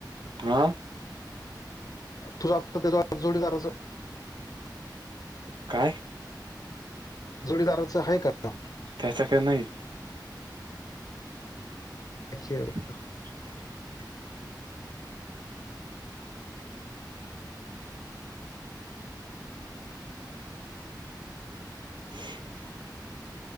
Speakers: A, on the right; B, on the left.
A: हां.
B: तुझ्या आता त्या जोडीदाराचं-
A: काय?
B: जोडीदाराचं हाय का नाव?
A: त्याच का नाही.
B: खेळ- <unintelligible>
A: <inaudible> <inaudible>